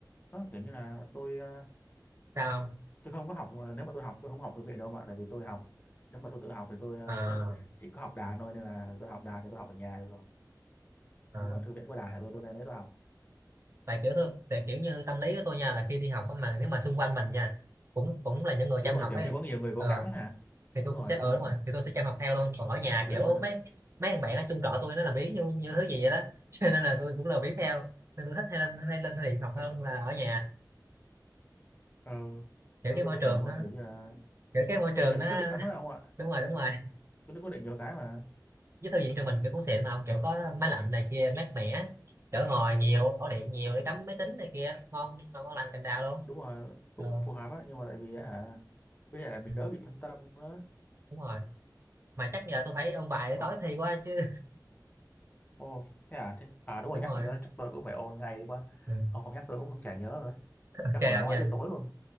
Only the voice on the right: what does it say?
sao không
à,
à,
tại kiểu tôi tại kiểu như tâm lý của tôi nha là khi đi học á mà nếu mà xung quanh mình nha cũng cũng là những người
chăm
học
ấy
ờ,
thì
tôi
cũng sẽ
ờ
đúng rồi thì tôi sẽ chăm học theo luôn còn ở nhà
kiểu
mấy mấy thằng bạn ở chung trọ tôi nó làm biếng như, như thứ gì vậy đó <laughs> cho nên là tôi cũng lười biếng theo nên tôi thích hay lên hay lên thư viện học
hơn là ở nhà
kiểu
cái
môi
trường
nó
kiểu cái môi
trường
nó
<laughs>
đúng rồi đúng rồi
với thư viện trường mình kiểu cũng xịn mà ông kiểu có máy lạnh này kia mát mẻ chỗ ngồi nhiều ổ điện nhiều để cắm máy tính này kia ngon ngon ngon lành cành đào luôn
ờ,
ừ,
đúng rồi mà chắc giờ tôi phải ôn bài
để
tối
thi quá chứ
<laughs> đúng
rồi
ừ.
ok
ông nha